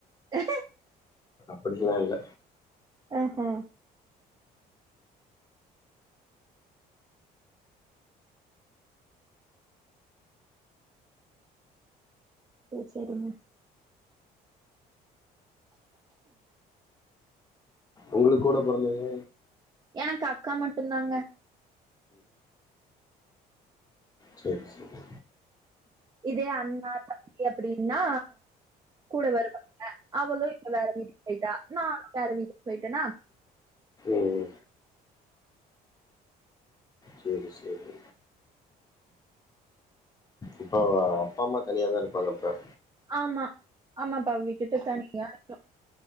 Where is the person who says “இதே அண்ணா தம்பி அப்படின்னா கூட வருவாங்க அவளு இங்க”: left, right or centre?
Right